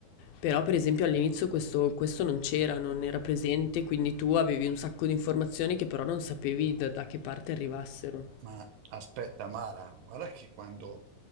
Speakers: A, on the left; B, on the right.
A: Però per esempio all'inizio questo questo non c'era, non era presente, quindi tu avevi un sacco di informazioni che però non sapevi da da che parte arrivassero.
B: Ma aspetta, Mara, guarda che quando